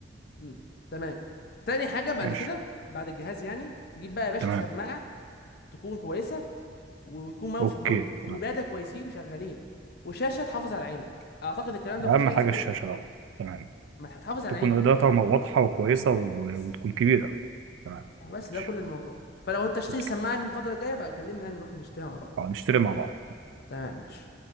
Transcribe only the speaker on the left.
مم. تمام تاني حاجة بعد
كده بعد الجهاز يعني تجيب بقى يا باشا
سماعة تكون كويسة وتكون ماوسك
برضه كو-
وبادة كويسين شغالين وشاشة تحافظ على عينك اعتقد الكلام ده
مفيهوش اي
صعوبة
ما تح- تحافظ على
عينك
مش اكتر
بس
آه، بس
ده كل الموضوع فلو انت تشتري
سماعة الفترة الجاية بقى كلمني يعني نروح نشتريها مع بعض
تمام ماشي